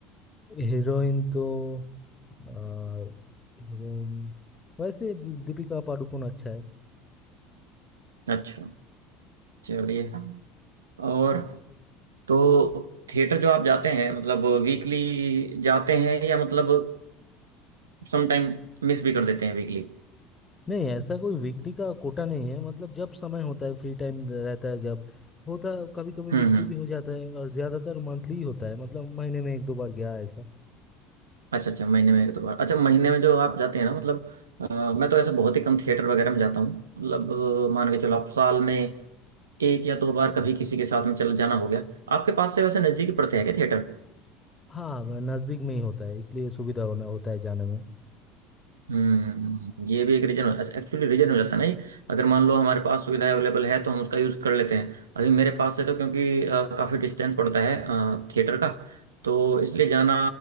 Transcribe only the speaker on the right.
अच्छा चलिए और तो थिएटर जो आप जाते हैं मतलब वीकली जाते हैं या मतलब समटाइम मिस भी कर देते हैं वीकली
हम्म
हम्म
अच्छा अच्छा महीने में एक दो बार अच्छा महीने में जो आप जाते हैं ना मतलब अ, मैं तो ऐसे बहुत ही कम थिएटर वगैरह में जाता हूँ मतलब अ, मान के चलो आप साल में एक या दो बार कभी किसी के साथ में चल जाना हो गया आपके पास से वैसे नज़दीकी पड़ते हैं क्या थिएटर
हम्म ये भी एक रीजन हो एक्चुअली रीजन हो जाता है ना ये अगर मान लो हमारे पास सुविधा अवेलेबल है तो हम उसका यूज़ कर लेते हैं अभी मेरे पास से तो क्योंकि अ, काफ़ी डिस्टेंस पड़ता है थिएटर का तो इसलिए जाना